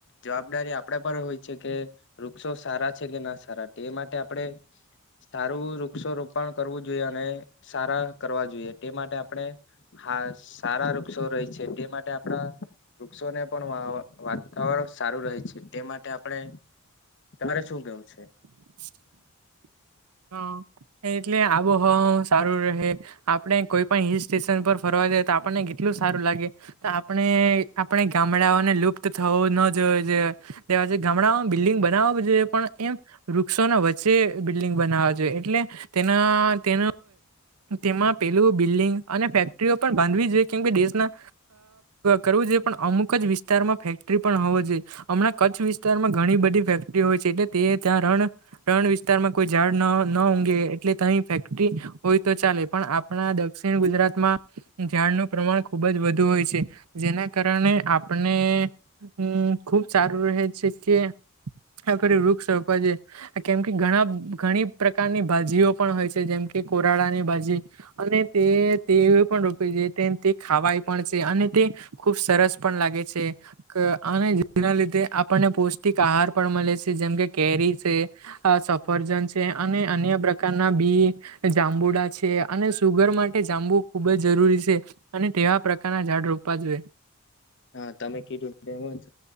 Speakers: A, on the left (about 55°); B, on the right (about 80°).
A: જવાબદારી આપડા પર હોય છે કે વૃક્ષો સારા છે કે ના સારા ટે માટે આપડે સારું વૃક્ષો રોપ ણ કરવું જોઈએ અને સારા કરવા જોઈએ, ટે માટે આપડે હા સારા વૃક્ષો છે ટે માટે આપણા વૃક્ષોને પણ વાવા વાતાવરણ સારું રહે છે, ટે માટે આપણે તમારે શું કેવું છે?
B: <unintelligible> હા એટલે આબોહવા સારું રહે આપણે કોઈ પણ હિલ સ્ટેશન પર ફરવા તો આપણને કેટલું સારું લાગે, તે આપણે આપણે ગામડાઓને લુપ્ત થવું ન જોઈએ એ તે આજે ગામડા બિલ્ડિંગ બનાવા જોઈએ પણ, એમ વૃક્ષો ના વચ્ચે બિલ્ડિંગ બનાવા જોઈએ એટલી તેના તે તેમાં પેલું બિલ્ડિંગ અને ફેક્ટરીઓ બાંધવી જોઈએ કેમ દેશના કરવું જોઈએ પણ અમુક જ વિસ્તારમાં ફેક્ટરી પણ હોવો જોઈએ. હમણાં કચ્છ વિસ્તારમાં ઘણી બધી ફેક્ટરીઓ હોય છે, એટલે તે ત્યાં રણ રણ વિસ્તારમાં કોઈ ઝાડ ન ઊઘે એટલે તની ફેક્ટરી હોય તો ચાલે પણ, આપણા દક્ષિણ ગુજરાત મા ઝાડનું પ્રમાણ ખુબ જ વધુ હોય છે જેના કારણે આપણે હમ ખુબ સારું રહે છે કે આખ વૃક્ષ રોપવાજ કેમ કે ઘણા ઘણી પ્રકારની ભાજીઓ પણ હોય છે જેમ કે કોરાડાની ભાજી અને તે તે રો તે ખાવાય પણ છે અને તે ખુબ સરસ પણ લાગે છે અને જેના લીધે આપણને પૌષ્ટિક આહાર પણ મળે છે જેમકે કેરી છે. અ સ ફર્જન છે અને અન્ય પ્રકારના બી જાંબુડા છે અને સુગર માટે જાંબુ ખૂબ જ જરૂરી છે અને તેવા પ્રકારના ઝાડ રોપવા જોઈએ
A: હા તમે કીધું એમ જ